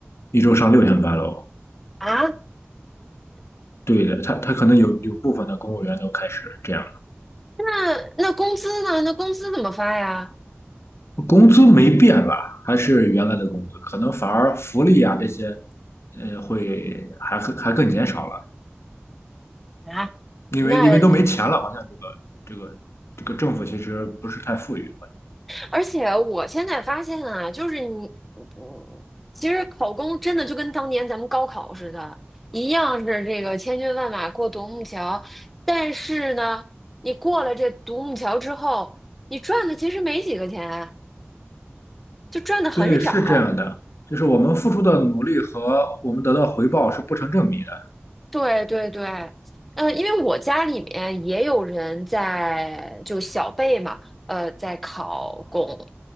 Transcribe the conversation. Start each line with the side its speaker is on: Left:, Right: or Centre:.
Left: 一周上六天班了。
Centre: 啊。
Left: 对的，她她可能有有部分的公务员都开始这样了，
Centre: 那那工资呢？那工资怎么发呀？
Left: 工资没变吧？还是原来的工资，可能反而福利啊这些，呃，会还还更减少了，
Centre: 啊，
Left: 因为因为都没钱了，
Centre: 那
Left: 好像这个这个这个政府其实不是太富裕。
Centre: 而且我现在发现啊，就是你，嗯其实考公真的就跟当年咱们高考似的，一样是这个千军万马过独木桥，但是呢，你过了这独木桥之后，你赚的其实没几个钱。就赚的很少。
Left: 对，是这样的，就是我们付出的努力和我们得到回报是不成正比的，
Centre: 对对对，呃，因为我家里面也有人在就小辈嘛，呃，在考公，